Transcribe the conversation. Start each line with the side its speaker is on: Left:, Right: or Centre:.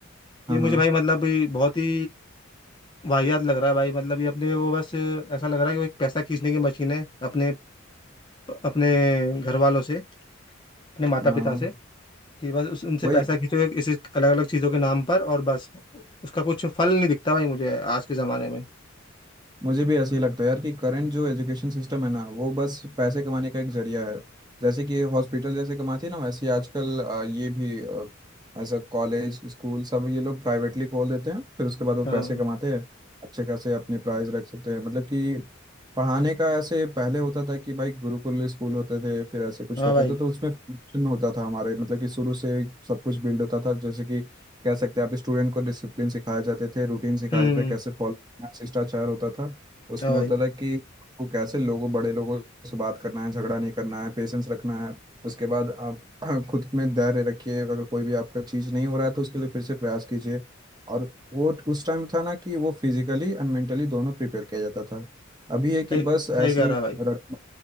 Right: हाँ
Left: ये मुझे
Right: हाँ
Left: भाई मतलब ये बहुत ही वाहियात लग रहा है भाई मतलब ये अपने वो बस ऐसा लग रहा है कि वो एक पैसा खींचने की मशीन है अपने अपने घर वालों से अपने माता
Right: हाँ
Left: पिता से कि बस उस उनसे
Right: वही
Left: पैसा खींचोगे किसी अलग अलग चीज़ों के नाम पर और बस उसका कुछ फल नहीं दिखता भाई मुझे आज के ज़माने में
Right: मुझे भी ऐसे ही लगता है यार कि करंट जो एजुकेशन सिस्टम है ना वो बस पैसे कमाने का एक जरिया है जैसे कि हॉस्पिटल जैसे कमाती है ना वैसे ही आजकल अ, ये भी एज अ कॉलेज स्कूल सब ये लोग प्राइवेटली खोल देते हैं फिर उसके बाद वो
Left: हाँ
Right: पैसे कमाते हैं अच्छे खासे अपने प्राइस रख सकते हैं मतलब कि पढ़ाने का ऐसे पहले होता था कि भाई गुरुकुल स्कूल होते थे फिर ऐसे कुछ
Left: हाँ
Right: होते
Left: भाई
Right: थे तो उसमें फंक्शन होता था हमारे मतलब कि शुरू से सब कुछ बिल्ड होता था जैसे कि कह सकते हैं आप स्टूडेंट को डिसिप्लिन सिखाए जाते थे रूटीन सिखाए
Left: हम्म
Right: जाते थे कैसे फॉलो शिष्टाचार होता था उसमें
Left: हाँ भाई
Right: होता था कि वो कैसे लोगों बड़े लोगों से बात करना है झगड़ा नहीं करना है पेशेंस रखना है उसके बाद आप <clears throat> खुद में धैर्य रखिए अगर कोई भी आपका चीज़ नहीं हो रहा है तो उसके लिए फिर से प्रयास कीजिए और वो उस टाइम था ना कि वो फिजिकली एंड मेंटली दोनों प्रिपेयर किया जाता था अभी है कि
Left: सही
Right: बस
Left: सही
Right: ऐसी
Left: कह रहा है भाई
Right: रट,